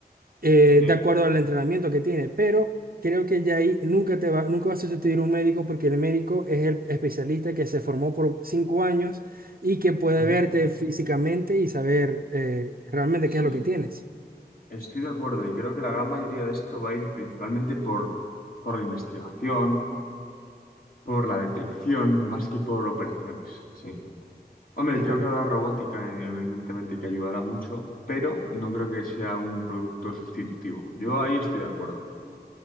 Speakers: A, on the right; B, on the left.
A: eh,
B: Sí,
A: de acuerdo al entrenamiento que tiene, pero creo que ya ahí nunca te va, nunca va a sustituir un médico porque el médico es el especialista que se formó por cinco años y que puede
B: ujú,
A: verte físicamente y saber eh, realmente
B: Sí,
A: qué es lo que tienes.
B: estoy de acuerdo y creo que la gran mayoría de esto va a ir principalmente por, por la investigación, por la detección, más que por operaciones. Sí. Hombre,
A: Es
B: creo
A: correcto.
B: que habrá robótica, eh, evidentemente, que ayudará mucho, pero no creo que sea un producto sustitutivo. Yo ahí estoy de acuerdo.